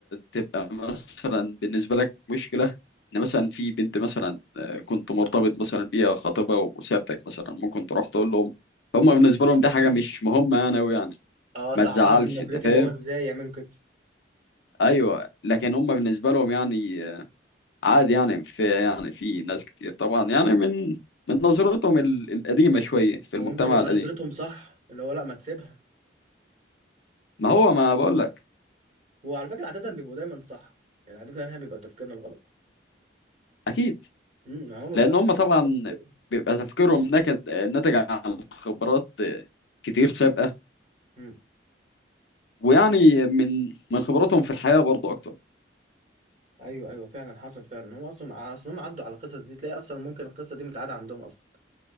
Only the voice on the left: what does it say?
تبقى مثلا بالنسبه لك مشكله ان مثلا في بنت مثلا آه، كنت مرتبط مثلا بيها خطيبها وسابتك مثلا ممكن تروح تقول لهم هم بالنسبه لهم ده حاجه مش مهمه يعني أوي يعني
ما تزعلش
انت فاهم
ايوه لكن هم بالنسبه لهم يعني آه، عادي يعني في يعني في ناس كتير طبعا يعني من من نظرتهم ال- القديمه شويه في المجتمع
القديم
ما هو ما بقول لك
اكيد
لان
هم
طبعا
بيبقى تفكيرهم نكد آه، ناتج عن خبرات آه، كتير سابقة
ويعني من من خبرتهم في الحياة برضه أكتر